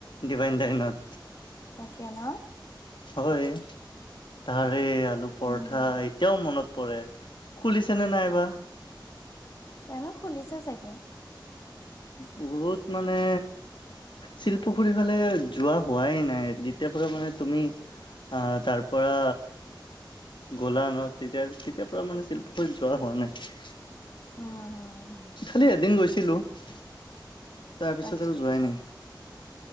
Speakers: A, on the left (about 75°); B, on the left (about 45°).
A: ডিভাইন ডাইনত
B: তাকে ন
A: হয় তাৰে আলু পৰঠা
B: উম
A: এতিয়াও মনত পৰে খুলিছে নে বা।
B: জানো খুলিছে চাগে।
A: বহুত মানে শিলপুখুৰীৰ ফালে যোৱা হোৱাই নাই যেতিয়াৰ পৰা মানে তুমি তাৰ পৰা গলা ন তেতিয়া তেতিয়াৰ পৰা মানে শিলপুখুৰীত যোৱা হোৱা নাই।
B: উম হম
A: খালি এদিন গৈছিলো তাৰপিছত
B: আচ্ছা
A: আৰু
B: আচ্ছা
A: যোৱাই নাই।